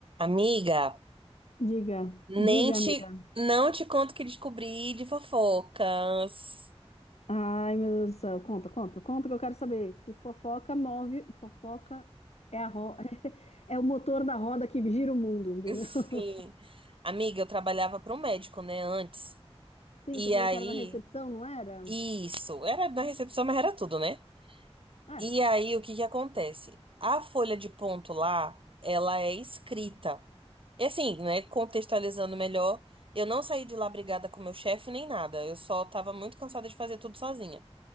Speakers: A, on the right; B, on the left.
A: Amiga,
B: Diga,
A: nem
B: diga,
A: te,
B: amiga.
A: não te conto o que descobri de fofocas.
B: Ai, meu Deus do céu, conta, conta, conta que eu quero saber. Que fofoca move, fofoca é a ro... <laughs> é o motor da roda que gira o mundo, entendeu?
A: Sim.
B: <laughs>
A: Amiga, eu trabalhava para um médico, né, antes.
B: Sim,
A: E
B: você falou
A: aí,
B: que era na recepção, não era?
A: isso, era da recepção, mas era tudo, né?
B: É,
A: E aí, o que que acontece? A folha de ponto lá, ela é escrita. E assim, né, contextualizando melhor, eu não saí de lá brigada com meu chefe nem nada. Eu só tava muito cansada de fazer tudo sozinha.